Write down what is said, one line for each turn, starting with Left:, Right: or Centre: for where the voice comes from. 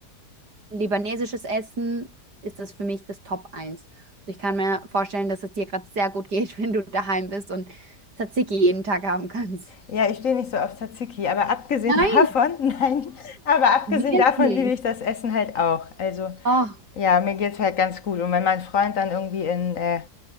Right: libanesisches Essen ist das für mich das Top eins Also ich kann mir vorstellen, dass es dir gerade sehr gut geht, <laughs> wenn du daheim bist und Tzatziki jeden Tag haben kannst.
Left: Ja, ich stehe nicht so auf Tzatziki, aber abgesehen
Right: Nein,
Left: <laughs> davon, nein, aber abgesehen
Right: wirklich.
Left: davon liebe ich das Essen halt auch. Also
Right: Oh,
Left: ja, mir geht's halt ganz gut. Und wenn mein Freund dann irgendwie in äh,